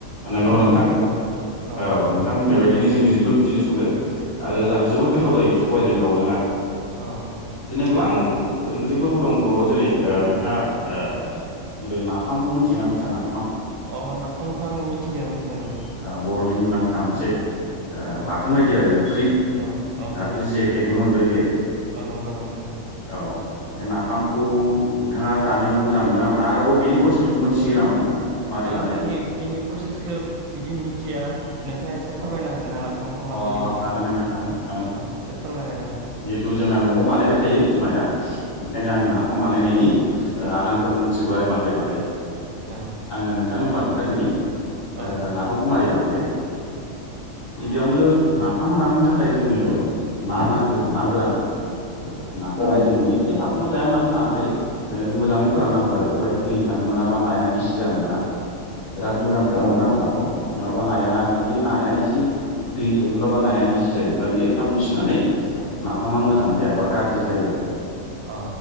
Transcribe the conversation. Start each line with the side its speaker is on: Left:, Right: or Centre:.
Left: नंगौ
Right: ज मोजां
Left: नोंथां
Right: जायो। अ
Left: औ नोंथां बुंनाय बादिनो जोंनिजोंबो बिदिनो सङो आरो
Right: अ
Left: जानो जोबोद गोथाव जायो सबायजों दाउजोङा।
Right: अ
Left: बिदिनो
Right: नंगौ
Left: गोबां
Right: नोंथां
Left: ओंख्रिफोरबो दं बर' जेरै ओ नोंथाङा ओ नैबे नाफामखौ मोनथियोना मोनथिया नाफाम?
Right: अह नाफामखौ आं मिथिगो मिथिगो नोंथां।
Left: ओ बर'नि मुंदांखा मोनसे ओ
Right: अ
Left: बाथोन बायदि आरो ओंख्रि
Right: अ अ
Left: दाथ'
Right: नंगौ
Left: जि आइ टेकबो मोनबाय बियो।
Right: अ नंगौ नंगौ
Left: औ बे नाफामखौ नोंथाङा जानो मोजां मोना मोना आरोबाव बिनि फ्रसेसखौ मोनथियो नामा नोंथाङा? मारै
Right: आं
Left: बानायो
Right: बिनि बिनि प्रसेसखो बिदि मिथिया। नोंथाङा एसे फोरमायनो
Left: अ
Right: हागोनना नाफामखौ
Left: अ
Right: माबायदि बानायो?
Left: हागोन नोंथां हागोन हागोन
Right: औ एसे फोरमायलाय नोंथां।
Left: जिहेथु जोंना न'आव बानायबाय थायो बिमाया। ओंखायनो
Right: ओम
Left: आङो नाफाम बानायनायनि ओ आगानफोरखौ मि थिगौ आरो माब्रै बानायो।
Right: औ
Left: आङो नोंथांनो होमबा खोन्थादिनि।
Right: औ
Left: ओ नाफामखौ मारै बानायो।
Right: <inaudible>
Left: गिबियावनो नाफाम बानायनो थाखाय जोङो ना नांग्रोगौ ना गोरान। नाखौहाय जों जि खि नाखौनो लाया मानो लानो हायो। ओ मोजाङै फोराननांगौ आरो बेवहाय दै थानो मोना बा नाया गिसि जानो मोना। बिराद
Right: औ अ
Left: मोजां फोरान्नो नांगौ नाखौ, नङाबा नाया जुदि नाया एसे दै थायोब्ला बा नाया गिसि जायोब्ला बियो थाब मुसिनानै नाफामा मो जां जाया बा गाज्रि जायो आरो
Right: अ